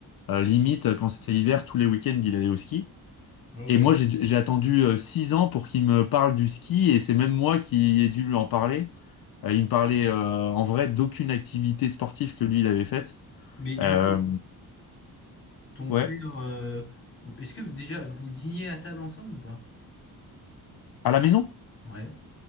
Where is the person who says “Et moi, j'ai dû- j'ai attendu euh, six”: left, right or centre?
Left